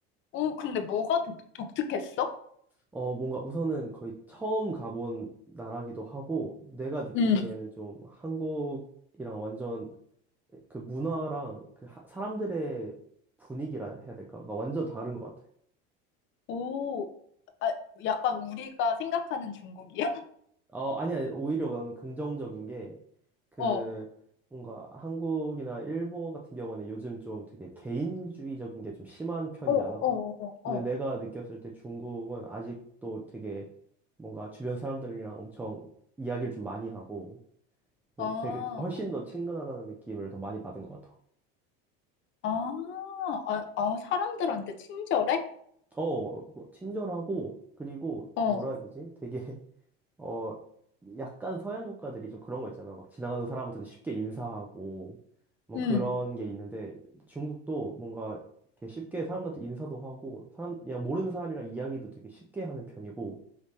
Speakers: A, on the left; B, in the centre.
A: 오, 근데 뭐가 독, 독특했어?
B: 어, 뭔가 우선은 거의 처음 가본 나라기도 하고, 내가 느끼기에는
A: 응.
B: 좀 한국이랑 완전 그 문화랑 그 하- 사람들의 분위기라 해야 될까? 그러니까 완전 다른 것 같아.
A: 오, 아, 약간 우리가 생각하는 중국이야? <laughs>
B: 어, 아니, 아니, 오히려 나는 긍정적인 게 그
A: 어.
B: 뭔가 한국이나 일본 같은 경우는 요즘 좀 되게 개인주의적인 게 좀 심한 편이잖아.
A: 어, 어, 어,
B: 근데
A: 어. 어.
B: 내가 느꼈을 때 중국은 아직도 되게 뭔가 주변 사람들이랑 엄청 이야기를 좀 많이 하고 그
A: 아,
B: 되게 훨씬 더 친근하다는 느낌을 더 많이 받은 것 같아.
A: 아, 아, 아, 사람들한테 친절해?
B: 어, 뭐 친절하고 그리고
A: 어.
B: 뭐라 해야 되지? 되게 어, 약간 서양 국가들이 좀 그런 거 있잖아. 막 지나가는 사람한테도 쉽게 인사하고, 뭐
A: 응.
B: 그런 게 있는데, 중국도 뭔가 이렇게 쉽게 사람한테 인사도 하고, 사람, 그냥 모르는 사람이랑 이야기도 되게 쉽게 하는 편이고,